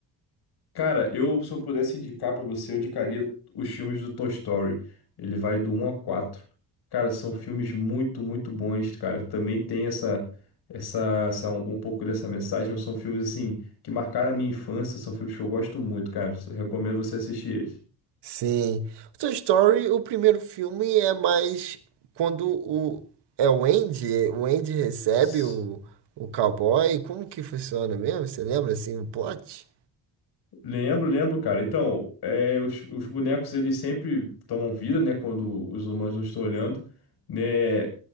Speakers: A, on the left; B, on the right.
A: Cara, eu se eu pudesse indicar pra você, eu indicaria os filmes do Toy Story. Ele vai do um a 4. Cara, são filmes muito, muito bons, cara. Também tem essa, essa, essa um, um pouco dessa mensagem. São filmes assim que marcaram a minha infância. São filmes que eu gosto muito, cara. Recomendo você assistir eles.
B: Sim. O Toy Story, o primeiro filme é mais quando o é o Andy, o Andy recebe
A: S-
B: o, o cowboy, como que funciona mesmo? Você lembra assim o plot?
A: Lembro, lembro, cara. Então, é, os, os bonecos eles sempre tomam vida, né? Quando os humanos não estão olhando, né?